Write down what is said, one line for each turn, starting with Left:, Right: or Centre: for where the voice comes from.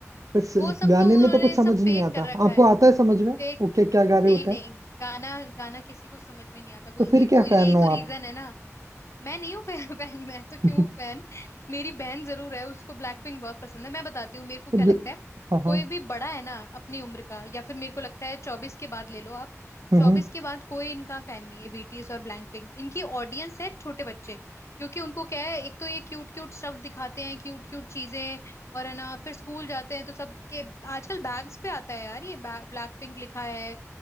Right: बस
Left: वो सब
Right: गाने
Left: तो
Right: में
Left: उन्होंने
Right: तो कुछ समझ
Left: सब फेक
Right: नहीं आता
Left: कर रखा
Right: आपको
Left: है
Right: आता है समझ में
Left: फेक
Right: ओके क्या गा रहे
Left: नहीं
Right: होते
Left: नहीं
Right: हैं
Left: गाना गाना किसी को समझ में नहीं आता कुलदीप
Right: तो फिर क्या
Left: वो यही
Right: फैन हो
Left: तो
Right: आप
Left: रीजन है ना मैं नहीं हूँ फैन फैन <laughs> मैं तो
Right: <laughs>
Left: क्यों फैन मेरी बहन जरूर है उसको ब्लैक पिंक बहुत पसंद है मैं बताती हूँ मेरे को क्या
Right: ये ब्ल-
Left: लगता है
Right: हाँ
Left: कोई
Right: हाँ
Left: भी बड़ा है ना अपनी उम्र का या फिर मेरे को लगता है चौबीस के बाद ले लो आप
Right: हम्म
Left: चौबीस
Right: हम्म।
Left: के बाद कोई इनका फैन नहीं है बीटीएस और ब्लैक पिंक इनकी ऑडियंस है छोटे बच्चे क्योंकि उनको क्या है एक तो ये क्यूट क्यूट स्टफ दिखाते हैं क्यूट क्यूट चीजें और है ना फिर स्कूल जाते हैं तो सब के आजकल बैग्स पे आता है यार ये ब्लैक पिंक लिखा है